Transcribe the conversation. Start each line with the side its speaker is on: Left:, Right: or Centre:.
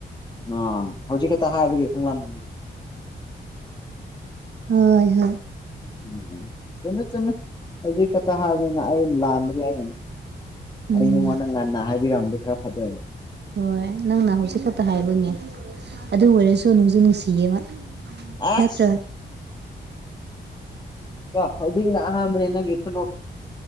Left: ꯑ ꯍꯧꯖꯤꯛ ꯈꯛꯇ ꯍꯥꯏꯕꯒꯤ ꯈꯡꯂꯝꯅꯤ
Right: ꯍꯣꯏ ꯍꯣꯏ
Left: ꯎꯝ ꯆꯨꯝꯃꯦ ꯆꯨꯝꯃꯦ ꯍꯧꯖꯤꯛ ꯈꯛꯇ ꯍꯥꯏꯕꯅꯤꯅ ꯑꯩ ꯂꯥꯟꯕꯒꯤ ꯑꯩꯅ
Right: ꯎꯝ
Left: ꯑꯩ ꯅꯪꯉꯣꯟꯗ ꯉꯟꯅ ꯍꯥꯏꯕꯤꯔꯝꯃꯗꯤ ꯈꯔ ꯐꯗꯣ
Right: ꯍꯣꯏ ꯅꯪꯅ ꯍꯧꯖꯤꯛ ꯈꯛꯇ ꯍꯥꯏꯕꯅꯦ ꯑꯗꯨ ꯑꯣꯏꯔꯁꯨ ꯅꯨꯡꯁꯨ ꯅꯨꯡꯁꯤꯌꯦꯕ
Left: ꯑꯁ
Right: ꯅꯠꯇ꯭ꯔꯥ
Left: ꯀꯣ ꯍꯧꯖꯤꯛꯅ ꯑꯍꯥꯟꯕꯅꯦ ꯅꯪꯒꯤ ꯈꯨꯅꯣꯛ